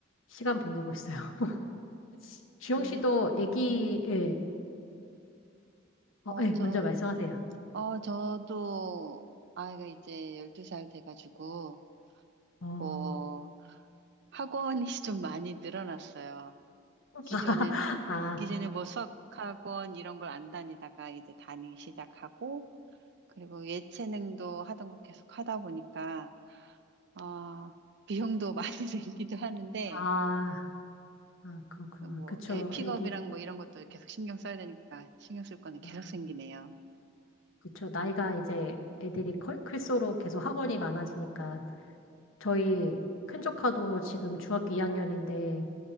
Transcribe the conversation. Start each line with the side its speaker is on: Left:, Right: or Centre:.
Left: 시간 보내고 있어요. <laughs> 주영
Right: 놀이,
Left: 씨도 애기, 예,
Right: 어,
Left: 어, 예,
Right: 저,
Left: 먼저 말씀하세요.
Right: 에, 어, 저도 아이가 이제 12살 돼가지고,
Left: 어,
Right: 뭐, 학원이 <laughs> 좀 많이 늘어났어요.
Left: <laughs>
Right: 기존에,
Left: 아,
Right: 기존에 뭐 수학학원 이런 걸 안 다니다가 이제 다니기 시작하고, 그리고 예체능도 하던 거 계속 하다 보니까, 어, 비용도 <laughs> 많이 들기도 하는데,
Left: 아, 아, 그렇구나.
Right: 뭐,
Left: 그쵸,
Right: 예, 픽업이랑
Left: 애기.
Right: 뭐 이런 것도 계속 신경 써야 되니까 신경 쓸 거는 계속
Left: 아,
Right: 생기네요.
Left: 그쵸. 나이가 이제 애들이 클, 클수록 계속 학원이 많아지니까 저희 큰 조카도 지금 중학교 2학년인데